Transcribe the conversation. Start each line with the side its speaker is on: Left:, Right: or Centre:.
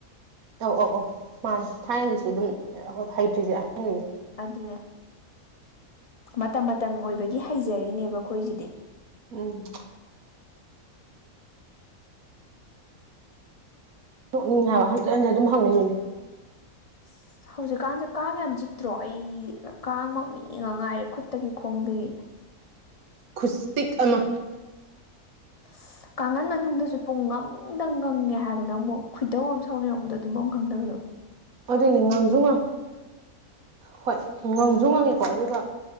Right: ꯑꯧ ꯑꯧ ꯑꯧ ꯃꯥꯅꯦ ꯊꯥꯏꯅꯒꯤꯁꯨ ꯑꯗꯨꯝ ꯑꯩꯈꯣꯏ ꯍꯩꯇ꯭ꯔꯤꯁꯦ ꯑꯍꯟꯒꯩꯅꯤ
Left: ꯑꯗꯨꯅꯦ ꯃꯇꯝ ꯃꯇꯝ ꯑꯣꯏꯕꯒꯤ ꯍꯩꯖꯔꯤꯅꯦꯕ ꯑꯩꯈꯣꯏꯁꯤꯗꯤ
Right: ꯎꯝ ꯎꯪ ꯍꯥꯏꯕ ꯍꯟꯖꯤꯟ ꯍꯟꯖꯤꯟ ꯑꯗꯨꯝ ꯍꯪꯂꯩꯅꯤ
Left: ꯑꯁ
Right: <inaudible>
Left: ꯍꯧꯖꯤꯛꯀꯥꯟꯁꯦ ꯀꯥꯡ ꯌꯥꯝ ꯆꯤꯛꯇ꯭ꯔꯣ ꯑꯩ ꯀꯥꯡꯃꯛ ꯏ ꯉꯥꯛ ꯉꯥꯏꯔꯦ ꯈꯨꯠꯇꯒꯤ ꯈꯣꯡꯗꯒꯤ
Right: ꯈꯨꯆꯤꯛ ꯑꯃ
Left: ꯏꯁ ꯀꯥꯡꯈꯟ ꯃꯅꯨꯡꯗꯁꯨ ꯄꯨꯡꯉꯪꯗ ꯉꯪꯉꯦ ꯍꯥꯏꯕ ꯅꯪꯕꯣ ꯑꯃꯨꯛ ꯈꯣꯏꯗꯧ ꯌꯥꯝ ꯁꯥꯎꯅꯤꯡꯉꯛꯄꯗꯣ ꯇꯨꯝꯕꯝ ꯈꯪꯗꯕꯗꯣ
Right: ꯑꯗꯨꯒꯤꯉꯪꯁꯨ ꯉꯪ ꯍꯣꯏ ꯉꯪꯁꯨ ꯉꯪꯉꯤꯀꯣ ꯑꯗꯨꯒ